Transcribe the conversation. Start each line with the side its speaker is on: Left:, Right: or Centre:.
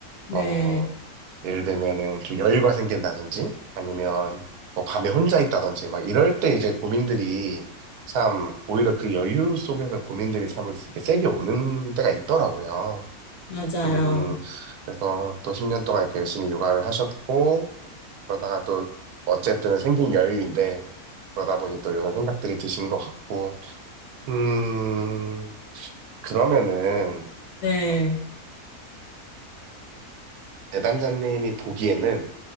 Left: 네,
Right: 어, 예를 들면은 좀 여유가 생긴다든지 아니면 뭐 밤에 혼자 있다든지 막 이럴 때 이제 고민들이 참 오히려 그 여유 속에서 고민들이 참 이렇게 세게 오는 때가 있더라고요.
Left: 맞아요.
Right: 음, 음. 그래서 또 10년 동안 이렇게 열심히 육아를 하셨고, 그러다가 또 어쨌든 생긴 여유인데, 그러다 보니 또 이런 생각들이 드신 것 같고, 음, 그러면은,
Left: 네,
Right: 어, 내담자님이 보기에는